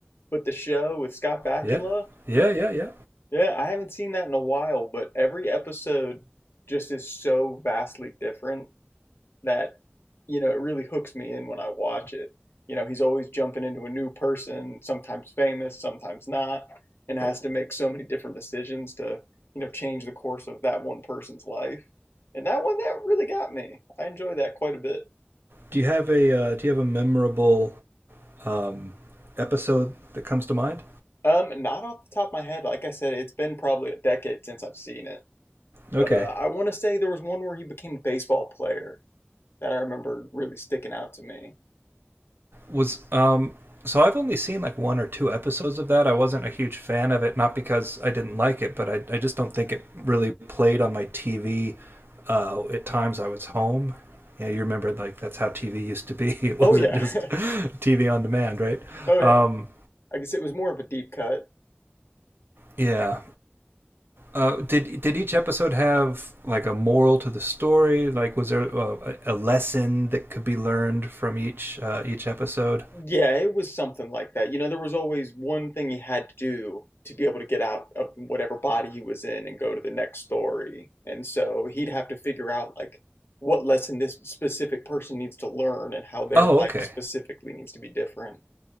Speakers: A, on the left; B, on the right.
A: but the show with Scott Bakula.
B: Yeah, yeah, yeah, yeah.
A: Yeah, I haven't seen that in a while, but every episode just is so vastly different that you know it really hooks me in when I watch it. You know, he's always jumping into a new person, sometimes famous, sometimes not, and has to make so many different decisions to you know change the course of that one person's life. And that one that really got me. I enjoy that quite a bit.
B: Do you have a uh, Do you have a memorable um, episode that comes to mind?
A: Um, not off the top of my head, like I said, it's been probably a decade since I've seen it.
B: Okay,
A: But uh, I want to say there was one where he became a baseball player that I remember really sticking out to me.
B: was um, so I've only seen like one or two episodes of that. I wasn't a huge fan of it, not because I didn't like it, but I I just don't think it really played on my TV. Uh, at times I was home. Yeah, you remember like that's how TV used to be. <laughs> It wasn't
A: Oh yeah,
B: just
A: <laughs>
B: TV on demand, right?
A: oh yeah.
B: Um,
A: I guess it was more of a deep cut.
B: yeah, Uh, did did each episode have like a moral to the story? Like, was there a, a lesson that could be learned from each uh, each episode?
A: Yeah, it was something like that. You know, there was always one thing he had to do to be able to get out of whatever body he was in and go to the next story. And so he'd have to figure out like what lesson this specific person needs to learn and how their
B: Oh,
A: life
B: okay,
A: specifically needs to be different.